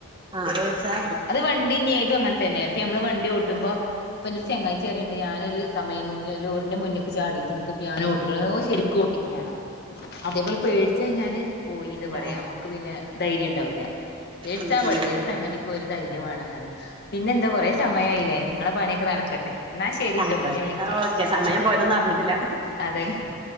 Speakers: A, on the right (about 25°); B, on the left (about 50°).
A: ആഹ് പേട്ച്ചാ
B: അത് വണ്ടി ഇനി ഏതും അങ്ങൻതന്നെ ഇപ്പ നമ്മള് വണ്ടി ഓട്ടുമ്പോ. ഇപ്പെൻ്റൊരു ചങ്ങായിച്ചി പറയ്‌ണ്ട് ഞാനൊരു തമിയം മുന്ന് ലോറിന്റെ മുന്ന്ക്ക് ചാടീറ്റ് ഇൻക് ഇപ്പൊ ഞാൻ ഓട്ടൂല നല്ലോം ശെരി ക്കോട്ടീന്യ ആളാ അതേപോലെ പേട്ച്ച് കഴിഞ്ഞാല്. പോയീന്ന് പറയാ.
A: ആഹ്
B: നമുക്ക് പിന്നെ ധൈര്യംണ്ടാവൂല്ല. പേട്ച്ചാൻ
A: ഉം
B: പാടില്ല
A: ഉം ഉം
B: ഏത് സംഗതി ക്കും ഒരു ധൈര്യം വേണംന്ന് പറയാ. പിന്നെന്താ കൊറെ സമയായില്ലേ. ഇങ്ങളെ പണിയൊക്കെ നടക്കട്ടെ എന്നാ ശരിട്ടോ
A: ആയിക്കോട്ടെ
B: പിന്നെ വിളിക്കാ.
A: ഓക്കെ സമയം പോയതൊന്നും അറ്ഞ്ഞിട്ടില്ല.
B: അതെന്ന്.